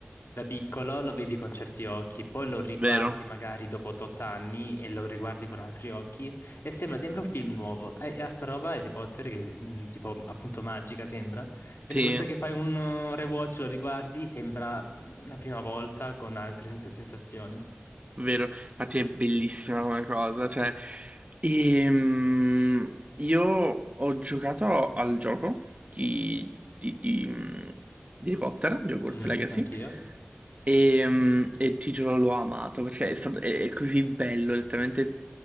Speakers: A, on the left; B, on the right.
A: da piccolo lo vedi con certi occhi, poi lo riguardi
B: Vero.
A: magari dopo 8 anni e lo riguardi con altri occhi e sembra sempre un film nuovo. E e a sta roba Harry Potter che mh, tipo appunto magica sembra. Quindi
B: Sì,
A: ogni volta che fai un eh, rewatch lo riguardi sembra mh, la prima volta con altre sens- sensazioni.
B: vero. Infatti è bellissima come cosa. Cioè, ehm, io ho giocato al gioco di, di, di, di Harry Potter, di Hogwarts
A: Mhm,
B: Legacy.
A: anch'io.
B: E, mm, e ti giuro, l'ho amato perché è stato, è, è così bello letteralmente